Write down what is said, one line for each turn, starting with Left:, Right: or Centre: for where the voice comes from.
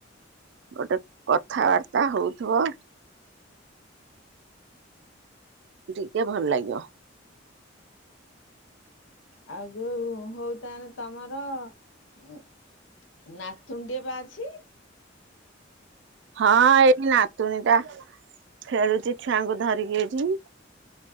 Right: ଗୋଟେ କଥାବାର୍ତା ହଉଥିବ। ଟିକେ ଭଲ ଲାଗିବ।
Left: ଆଉ ଯୋଉ ହଉ ତାଲେ ତମର ଉଁ ନାତୁଣୀଟିଏବା ଅଛି।
Right: ହଁ ଏଇଠି ନାତୁଣୀଟା ଖେଳୁଛି ଛୁଆଙ୍କୁ ଧରିକି ଏଠି।